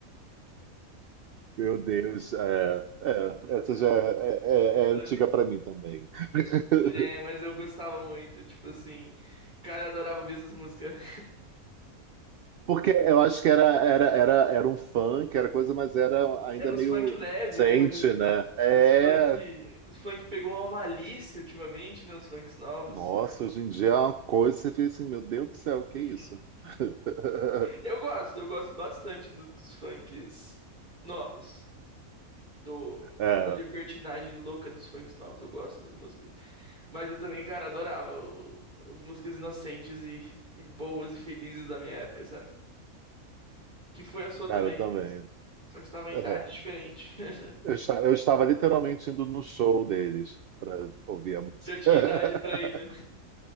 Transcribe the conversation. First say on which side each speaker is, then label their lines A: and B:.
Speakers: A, on the right; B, on the right.
A: Meu Deus, é, é, essa já é, é- é
B: É,
A: é antiga pra mim também. <laughs>
B: É, mas eu gostava muito, tipo assim. Cara, eu adorava ouvir essas músicas. <laughs>
A: Porque eu acho que era, era, era, era um funk, era coisa, mas era ainda
B: É nos
A: meio
B: funk leve,
A: inocente,
B: né? Hoje
A: né? É,
B: Os funk, os funk pegou uma malícia ultimamente, né? Os funks novos.
A: Nossa, hoje em dia é uma coisa, que você fica assim, meu Deus do céu, que
B: <laughs>
A: isso? <laughs>
B: Eu gosto, eu gosto bastante do- dos funks novos. Do,
A: É,
B: da libertinagem louca dos funks novos, eu gosto das músicas. Mas eu também, cara, adorava o- as músicas inocentes e, e boas e felizes da minha época, sabe? Que foi a sua
A: cara,
B: também,
A: eu também.
B: só que estava em
A: É.
B: idade diferente. <laughs>
A: Eu, esta- eu estava literalmente indo no show deles para ouvir a música.
B: Já tinha
A: <laughs>
B: idade pra ir, né?